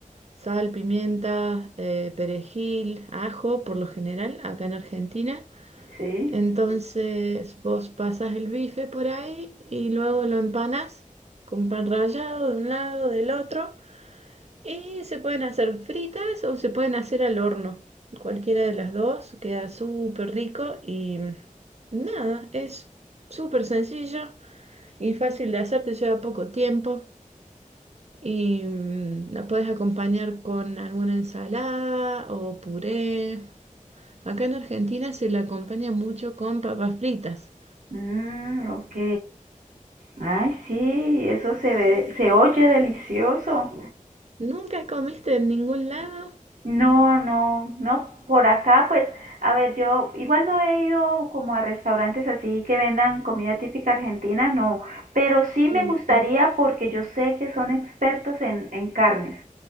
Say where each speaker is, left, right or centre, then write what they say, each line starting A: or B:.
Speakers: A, on the right (about 50°); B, on the right (about 70°).
A: Sal, pimienta, eh, perejil, ajo, por lo general, acá en Argentina.
B: Sí.
A: Entonces vos pasas el bife por ahí y luego lo empanas con pan rallado de un lado, del otro. Y se pueden hacer fritas o se pueden hacer al horno. Cualquiera de las dos queda súper rico y nada, es súper sencillo y fácil de hacer, te lleva poco tiempo. Y mm, la puedes acompañar con alguna ensalada o puré. Acá en Argentina se la acompaña mucho con papas fritas.
B: Mm, ok. Ay, sí, eso se ve, se oye delicioso.
A: ¿Nunca comiste en ningún lado?
B: No, no, no, por acá pues, a ver, yo igual no he ido como a restaurantes así que vendan comida típica argentina, no, pero sí me
A: Ok,
B: gustaría porque yo sé que son expertos en, en carnes,